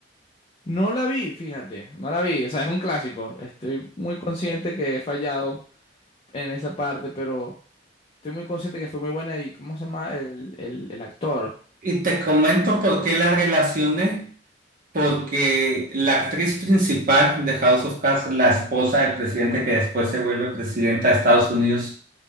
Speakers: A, on the left (about 30°); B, on the right (about 45°).
A: No la vi, fíjate, no la vi. O sea, es un clásico. Estoy muy consciente que he fallado en esa parte, pero estoy muy consciente que fue muy buena. ¿Y cómo se llama el, el, el actor?
B: Y te comento por qué la relacioné. Porque la actriz principal de House of Cards, la esposa del presidente que después se vuelve presidenta de Estados Unidos,